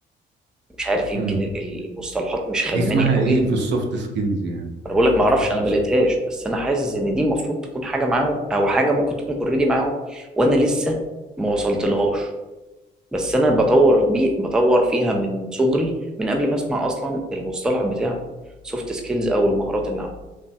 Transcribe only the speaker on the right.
امم
دي اسمها
ايه في السوفت سكيلز يعني
انت
تقصد